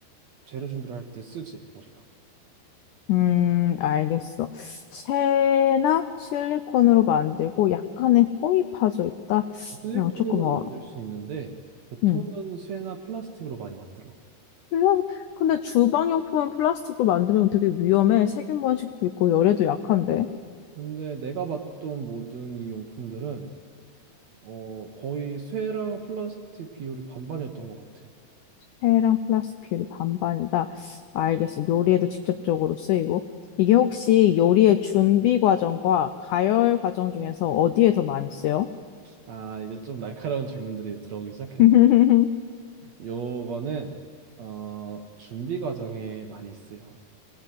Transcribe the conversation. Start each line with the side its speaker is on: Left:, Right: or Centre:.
Right: 재료 준비를 할 때 쓰지, 우리가.
Left: 음, 알겠어. 쇠나 실리콘으로 만들고 약간의 홈이 파져 있다.
Right: 실리콘으로도
Left: 이 조금 어.
Right: 만들 수 있는데 보통은
Left: 음.
Right: 쇠나 플라스틱으로 많이 만들어.
Left: 플라- 근데 주방용품은 플라스틱으로 만들면 되게 위험해. 세균 번식도 있고 열에도 약한데.
Right: 근데 내가 봤던 모든 이 용품들은 어, 거의 쇠랑 플라스틱 비율이 반반이었던 것 같아.
Left: 폐랑 플라스틱 비율이 반반이다. 알겠어. 요리에도 직접적으로 쓰이고. 이게 혹시 요리의 준비 과정과 가열 과정 중에서 어디에 더 많이 쓰여?
Right: 아, 이제 좀 날카로운 질문들이 들어오기 시작했네.
Left: <laughs>
Right: 요거는, 어, 준비 과정에 많이 쓰요